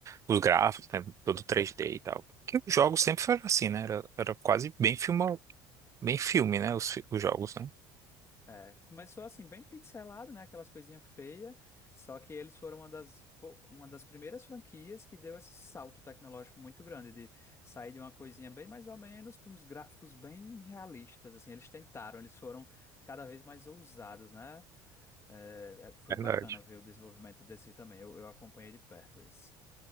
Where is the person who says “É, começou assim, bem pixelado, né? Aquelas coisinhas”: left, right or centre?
Left